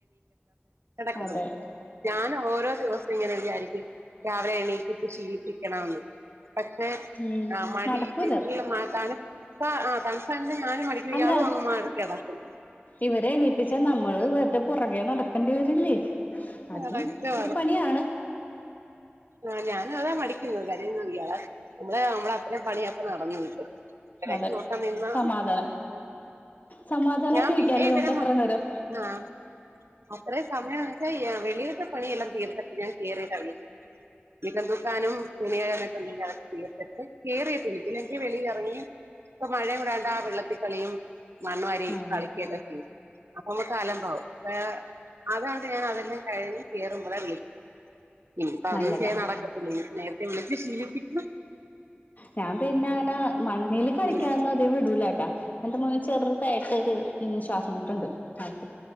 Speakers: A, on the right; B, on the left.
A: <unintelligible>
B: അതെ
A: ഞാൻ ഓരോ ദിവസം ഇങ്ങനെ വിചാരിക്കും രാവിലെ എണീപ്പിച്ച് ശീലിപ്പിക്കണം എന്ന്. പക്ഷെ.
B: ഉം
A: ആഹ് മടി
B: നടക്കൂല
A: തണുപ്പാ ആഹ് തണുപ്പാ <unintelligible> ഞാനും മടിക്കും
B: അല്ല
A: ഇയാളും അങ്ങ് കിടക്കും.
B: ഇവരെ എണീപ്പിച്ചാൽ നമ്മള് വെറുതെ പുറകെ നടക്കേണ്ടി വരില്ലേ? അതും
A: നടക്കും
B: ഒരു പണിയാണ്
A: ആ ഞാൻ അതാ മടിക്കുന്നു കാര്യം ഒന്നും ഇല്ലാ നമ്മള അത്തരം പണിയപ്പം നടന്നു കിട്ടും. ഇവരെ
B: അതെ
A: ഒക്കെ നോക്കാ നിന്നാ
B: സമാധാനം സമാധാനായിട്ട്
A: ഞാൻ
B: ഇരിക്കാല്ലോ
A: പിന്നെ ഇവരെ
B: നമുക്ക് അത്ര നേരം
A: ആഹ് അത്രയും സമയം വെച്ചാൽ വെളിയിൽത്തെ പണിയെല്ലാം തീർത്തിട്ട് ഞാൻ കയറിട്ടാ വിളിക്കുന്നത്. മിറ്റം തൂക്കാനും തുണി <inaudible> ഉണ്ടെങ്കിൽ അതൊക്കെ തീർത്തിട്ട് കയറിയിട്ട് വിളിക്കും അല്ലെങ്കിൽ വെളിയിലിറങ്ങി ഇപ്പൊ മഴയും ഇടാണ്ട് ആ വെള്ളത്തി കളിയും മണ്ണ് വാരി
B: ആഹ്
A: കളിക്കു ഒക്കെ ചെയ്യും. അപ്പൊ നമ്മുക്ക് അലംമ്പാവും അപ്പൊ അതണ്ട് ഞാൻ അതെല്ലാം കഴിഞ്ഞ് കയറുമ്പോഴാ വിളിക്കുന്നത്. ഇ ഇപ്പ അന്നും
B: നല്ലതാ
A: ചെയ്യാൻ നടക്കത്തില്ല ഇനി നേരത്തെ വിളിച്ച് ശീലിപ്പിക്കുണം
B: ഞാൻ പിന്നെ അങ്ങനെ മണ്ണിൽ കളിക്കാനൊന്നും
A: ഉം
B: അതികം വിടൂലട്ടാേ എന്റെ മോനാണെങ്കിൽ ചെറുതായിട്ടൊ ഒരു ശ്വാസംമുട്ടുണ്ട് ആൾക്ക്